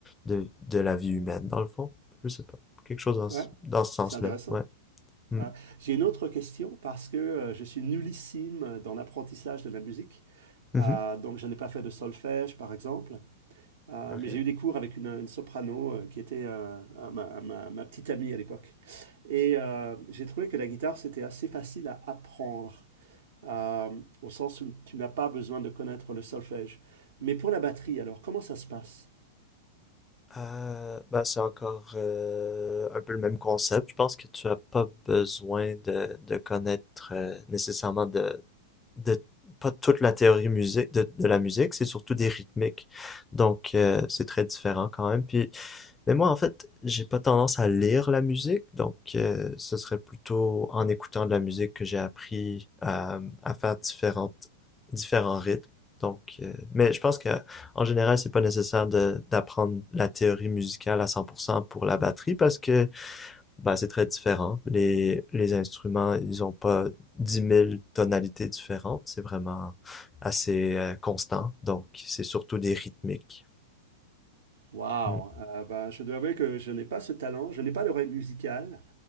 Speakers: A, on the left; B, on the right.
A: de, de la vie humaine, dans le fond. Je sais pas. Quelque chose dans,
B: Ouais,
A: dans ce sens-là.
B: c'est intéressant.
A: Ouais. Mm.
B: Ouais. J'ai une autre question parce que euh, je suis nullissime dans l'apprentissage de la musique.
A: Mhm.
B: Euh, donc, je n'ai pas fait de solfège, par exemple. Euh,
A: Ok.
B: mais j'ai eu des cours avec une, une soprano euh, qui était euh, euh, ma, ma- ma petite amie à l'époque. Et euh, j'ai trouvé que la guitare, c'était assez facile à apprendre, euh, au sens où tu n'as pas besoin de connaître le solfège. Mais pour la batterie, alors, comment ça se passe?
A: Euh, ben, c'est encore euh, un peu le même concept. Je pense que tu as pas besoin de, de connaître euh, nécessairement de, de pas toute la théorie musique de, de la musique, c'est surtout des rythmiques. Donc euh, c'est très différent quand même. Puis Mais moi, en fait, j'ai pas tendance à lire la musique, donc euh, ce serait plutôt en écoutant de la musique que j'ai appris à, à faire différentes, différents rythmes. Donc, euh, mais je pense que en général, c'est pas nécessaire de, d'apprendre la théorie musicale à 100% pour cent pour la batterie parce que bah, c'est très différent. Les, les instruments, ils ont pas dix mille tonalités différentes. C'est vraiment assez euh, constant. Donc, c'est surtout des rythmiques.
B: Waouh!
A: Mm.
B: Euh, ben, je dois avouer que je n'ai pas ce talent, je n'ai pas l'oreille musicale,